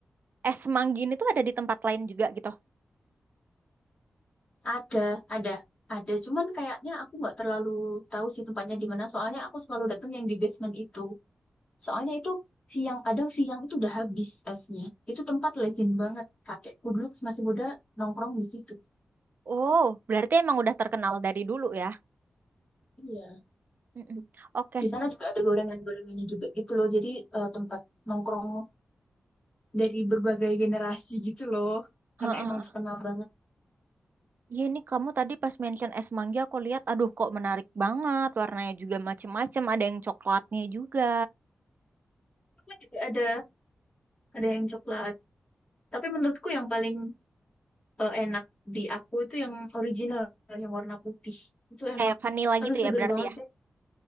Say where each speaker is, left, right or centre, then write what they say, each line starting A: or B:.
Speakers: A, on the right; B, on the left.
A: es manggi ini tuh ada di tempat lain juga gitu.
B: ada ada ada cuman kayaknya aku nggak terlalu tahu sih tempatnya di mana soalnya aku selalu datang yang di basement itu soalnya itu siang kadang siang itu udah habis esnya itu tempat legend banget kakekku dulu pas masih muda nongkrong di situ
A: Oh, berarti emang udah terkenal dari dulu ya.
B: iya
A: Mm-mm. Oke.
B: di sana juga ada gorengan-gorengannya juga gitu loh jadi eh, tempat nongkrong dari berbagai generasi gitu loh karena
A: Heeh.
B: emang terkenal banget
A: Iya ini kamu tadi pas mention es mangga aku lihat, aduh kok menarik banget. Warnanya juga macem-macem, ada yang coklatnya juga.
B: Cuma juga ada ada yang coklat Tapi menurutku yang paling eh, enak di aku itu yang original, yang warna putih. Itu enak.
A: Kayak vanilla
B: Aduh,
A: gitu
B: seger
A: ya berarti
B: banget.
A: ya.